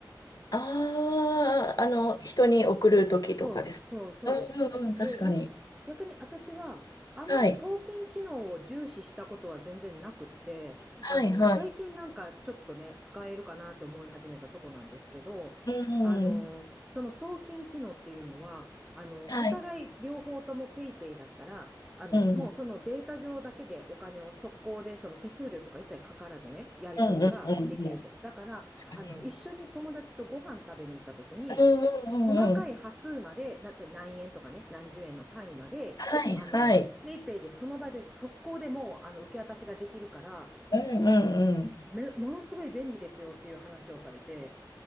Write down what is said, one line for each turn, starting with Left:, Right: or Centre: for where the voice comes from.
Left: ああ、あの、人に送るときとかです。
Centre: そう、そう、そうです。
Left: うん、うん、うん、確かに。
Centre: で、逆、逆に私は、あんまり送金機能を重視したことは全然なくって、
Left: はい、はい、
Centre: あの、
Left: はい。
Centre: 最近なんかちょっとね、使えるかなと思い始めたとこなんですけど、
Left: うん、
Centre: あの、その送金機能っていうのは、あの、
Left: はい。
Centre: お互い両方とも PayPay だったら、あの、
Left: うん、
Centre: もうそのデータ上だけでお金を速攻で、その手数料とか一切かからずね、やり取りができると。
Left: うん、うん、うん、うん。
Centre: だから、
Left: 確かに。
Centre: あの、一緒に友達とご飯食べに行った時に、
Left: うん、うん、
Centre: 細かい端数まで、
Left: うん、うん。
Centre: だって何円とかね、何十円の単位まで、
Left: はい、
Centre: あの、
Left: はい。
Centre: ペイペイでその場で速攻でもう、あの、受け渡しができるから、
Left: うん、うん、うん。
Centre: め、ものすごい便利ですよっていう話をされて、